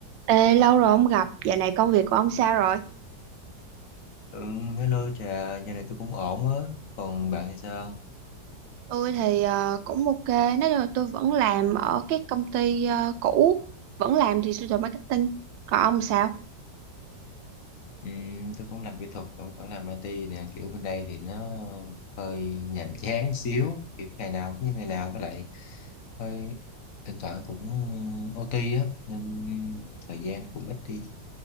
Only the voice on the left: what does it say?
Ừ, hello trà, giờ này tôi cũng ổn á. Còn bạn thì sao?
Ừ, tôi cũng làm kỹ thuật, cũng vẫn làm IT nè. Kiểu bên đây thì nó hơi nhàm chán xíu. Kiểu ngày nào cũng như ngày nào với lại hơi thỉnh thoảng cũng OT á. Nên thời gian cũng ít đi.